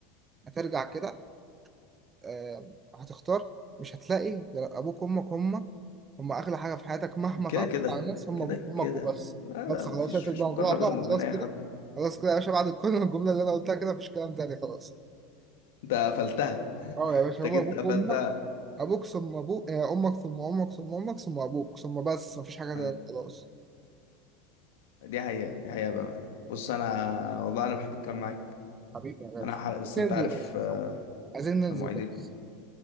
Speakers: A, on the right; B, on the left.
A: هترجع كده آه، هتختار مش هتلاقي غير ابوك وامك هم هم اغلى حاجه في حياتك مهما
B: كده
A: اتعرفت
B: كده
A: على ناس هم
B: كده
A: ابوك وامك
B: كده
A: وبس
B: لا
A: بس
B: لا مفيش
A: خلاص في
B: مفيش
A: الموضوع
B: مقارنة
A: بقى
B: بينهم وبين
A: خلاص
B: أي
A: كده
B: حد يعني.
A: خلاص كده يا باشا بعد كل الجمله اللي انا قلتها كده مفيش كلام تاني خلاص
B: أنت قفلتها
A: اه يا باشا
B: أنت
A: هو
B: جيت
A: ابوك
B: قفلتها
A: وامك ابوك ثم ابوك آه، امك ثم امك ثم امك ثم ابوك ثم بس مفيش حاجه تاني
B: آه،
A: خلاص
B: دي حقيقة دي حقيقة بأمانة بص أنا والله أنا بحب الكلام معاك
A: حبيبي يا غالي
B: أنا حلق بس
A: ننزل
B: أنت عارف
A: بس
B: آه،
A: عايزين ننزل
B: عشان مواعيدي
A: بس